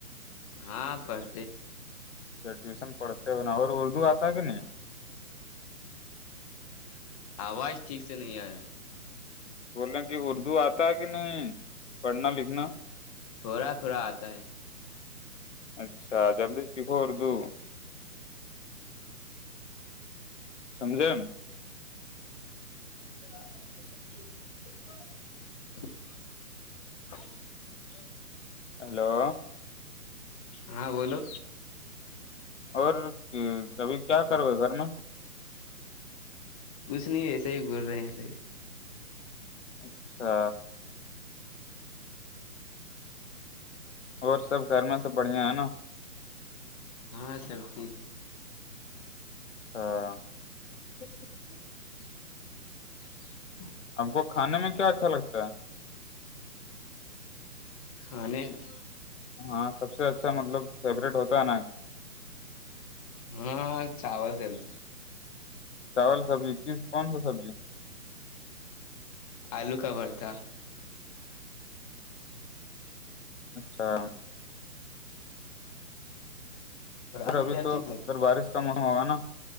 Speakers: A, on the left; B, on the left.
A: ہاں پڑھ
B: جب ٹیوشن پڑھتے ہو ن اور اردو آتا ہے کہ نہیں
A: آواز ٹھیک سے نہیں آ یا ہے
B: بول رہے ہیں کہ اردو آتا ہے کہ نہیں پڑھنا لکھنا
A: تھوڑا تھوڑا آتا ہے
B: اچھا جلدی سیکھواردو سمجھے
A: <inaudible>
B: ہیلو
A: ہاں بولو
B: اور کبھی کیا کروے گھر میں
A: کچھ نہیں اسے ہی غور رہے ہیں ایسے ہی
B: اچھا اور سب گھر میں سب بڑھیا ہے نا
A: ہاں سب ٹھیک ہے
B: اچھا
A: <inaudible> <inaudible>
B: ہم کو کھانے میں کیا اچھا لگتا ہے
A: کھانے میں
B: ہاں سب سے اچھا مطلب فیوریٹ ہوتا ہے نا
A: ہاں چاول سبجی
B: چاول سبزی کس کون سا سبزی
A: آلو کا بر تھا
B: اچھا اور
A: آپ کو
B: ابھی
A: کیا
B: تو
A: ٹھیک لگتا
B: اگر بارش کا موسم ہوگا نا